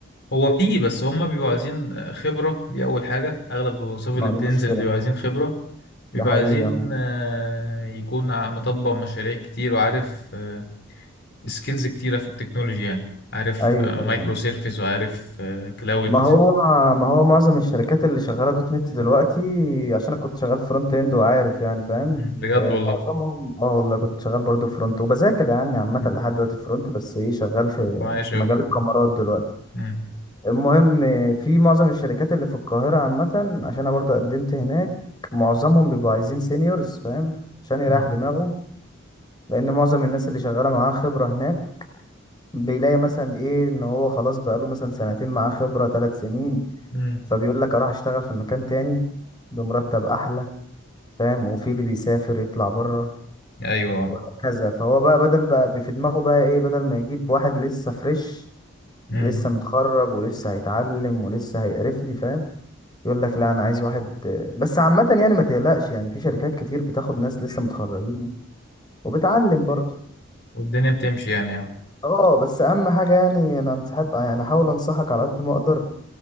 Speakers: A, on the left; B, on the left.
A: هو فيه بس هما بيبقوا عايزين خبرة دي أول حاجة أغلب الوظائف
B: ما
A: اللي بتنزل
B: دي مشكله
A: بيبقوا عايزين خبرة بيبقوا
B: ده حقيقي
A: عايزين
B: يعني.
A: آه، يكون عم- مطبق مشاريع كتير وعارف آه، سكيلز كتيرة في التكنولوجي يعني عارف
B: ايوه
A: آه،
B: ايوه
A: مايكرو سيرفيس وعارف آه، كلاود
B: ما هو ما هو معظم الشركات اللي شغاله دوت نت دلوقتي عشان انا كنت شغال فرونت اند وعارف يعني فاهم
A: مم. بجد
B: إيه،
A: والله
B: معظمهم اه والله كنت شغال برضو فرونت وبذاكر يعني عامه
A: مم.
B: لحد دلوقتي فرونت بس ايه شغال في
A: أبقى عايش
B: في
A: أوي
B: مجال الكاميرات دلوقتي
A: مم.
B: المهم إيه، في معظم الشركات اللي في القاهره عامه عشان انا برضو قدمت هناك معظمهم بيبقوا عايزين سينيورز فاهم عشان يريح
A: مم.
B: دماغه لان معظم الناس اللي شغاله معاه خبره هناك بيلاقي مثلا ايه ان هو خلاص بقاله مثلا سنتين معاه خبره ثلاث سنين
A: مم.
B: فبيقول لك اروح اشتغل في مكان تاني بمرتب احلى فاهم وفي اللي بيسافر يطلع بره
A: أيوه
B: وهكذا فهو بقى بدل بقى في دماغه بقى ايه بدل ما يجيب واحد لسه فريش
A: مم.
B: لسه متخرج ولسه هيتعلم ولسه هيقرفني فاهم يقول لك لا انا عايز واحد بس عامة يعني ما تقلقش يعني في شركات كتير بتاخد ناس لسه متخرجين يعني وبتعلم برضه
A: والدنيا بتمشي يعني اه
B: اه بس اهم حاجة يعني انا انصحك يعني احاول انصحك على قد ما اقدر